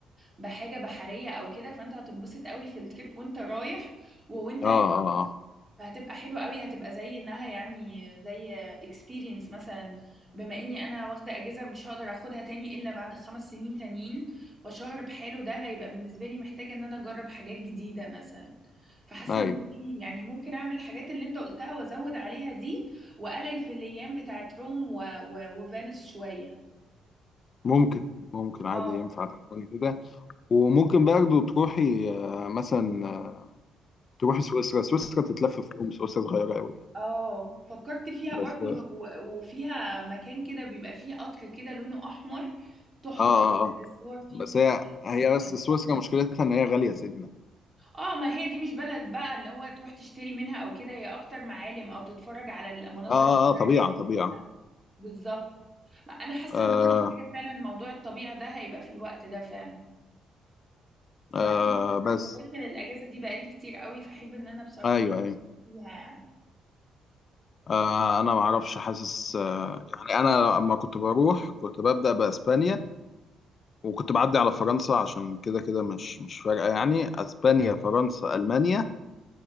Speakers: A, on the right (about 25°); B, on the left (about 45°).
A: بحاجة بحرية او كده فانت هتنبسط قوي في التريب وانت رايح ووانت
B: اه اه
A: فهتبقى حلوة قوي هتبقى زي انها يعني زي experience مثلا بما اني انا واخدة اجازة مش هقدر اخدها تاني الا بعد خمس سنين تانيين فشهر بحاله ده هيبقى بالنسبة لي محتاجة ان انا اجرب حاجات جديدة مثلا فحاسة
B: اه
A: ان
B: ايوه
A: دي يعني ممكن اعمل الحاجات اللي انت قلتها وازود عليها دي واقلل في الايام بتاعت روم و... و... وفينس شوية
B: ممكن ممكن عادي
A: اه
B: ينفع تعمل كده وممكن برضه تروحي آه مثلا آه، تروحي سويسرا سويسرا تتلف في يوم سويسرا صغيره قوي يعني
A: اه فكرت فيها
B: بس
A: برضو
B: اه
A: ب... و- وفيها مكان كده بيبقى فيه قطر كده لونه احمر تحفة
B: اه آه. آه.
A: بجد الصور فيه
B: بس
A: بتبقى
B: هي هي
A: تحفة
B: بس سويسرا مشكلتها ان هي غاليه سنه
A: اه ما هي دي مش بلد بقى اللي هو تروح تشتري منها او كده هي اكتر معالم او تتفرج على المناظر
B: اه اه
A: الطبيعية
B: آه، طبيعه
A: اللي-
B: طبيعه
A: بالظبط ما انا حاسة
B: آه
A: ان انا محتاجة فعلا موضوع الطبيعة ده هيبقى في الوقت ده فعلا
B: آه
A: وبعدين انا
B: بس
A: محوشة للاجازة دي بقالي كتير قوي فاحب ان انا بصراحة
B: ايوه
A: أكون
B: ايوه
A: فيها يعني
B: آه انا ما اعرفش حاسس آه يعني انا لما كنت بروح كنت ببدأ باسبانيا وكنت بعدي على فرنسا عشان كده كده مش مش فارقة يعني اسبانيا فرنسا المانيا